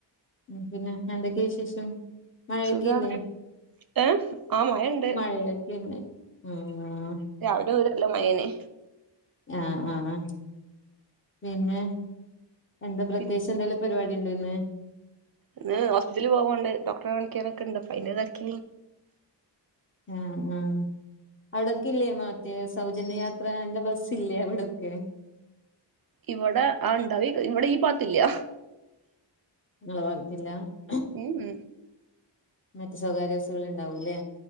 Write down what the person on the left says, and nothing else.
ഉം പിന്നെ എന്തൊക്കെയ വിശേഷം മഴക്കല്ലേ
മഴൊക്കന്ന ഉം
ആഹ് ആഹ് പിന്നെ എന്താ പ്രത്യേിച്ച്
എന്തെേലും പരിപാടി ഉണ്ടോ ഇന്ന്
ആഹ് ആഹ് അവിടൊക്കെ ഇല്ലേ മറ്റേ സൗജന്യയാത്രന്റെ ബസ്സ ഇല്ലേ അവിടൊക്കെ
<unintelligible>
മറ്റേ സ്വകാര്യ ബസ്സുകൾ ഉണ്ടാവൂല്ലേ